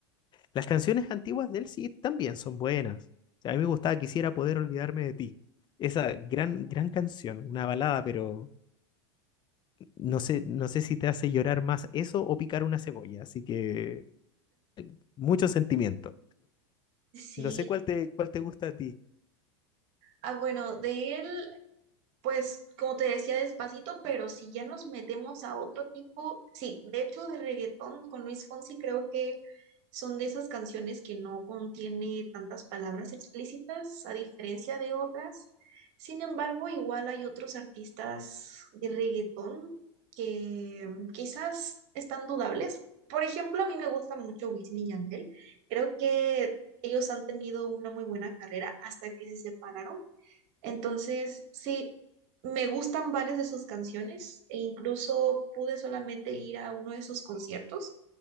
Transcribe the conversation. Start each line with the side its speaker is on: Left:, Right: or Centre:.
Left: las canciones antiguas de él sí también son buenas. O sea, a mí me gustaba Quisiera poder olvidarme de ti. Esa gran, gran canción, una balada, pero no sé, no sé si te hace llorar más eso o picar una cebolla, así que mucho sentimiento.
Right: Sí.
Left: No sé cuál te, cuál te gusta a ti.
Right: Ah, bueno, de él Pues, como te decía, despacito, pero si ya nos metemos a otro tipo, sí, de hecho, de reggaetón con Luis Fonsi creo que son de esas canciones que no contiene tantas palabras explícitas, a diferencia de otras. Sin embargo, igual hay otros artistas de reggaetón que mm, quizás están dudables. Por ejemplo, a mí me gusta mucho Wisin y Yandel. Creo que ellos han tenido una muy buena carrera hasta que se separaron entonces, sí, me gustan varias de sus canciones e incluso pude solamente ir a uno de sus conciertos.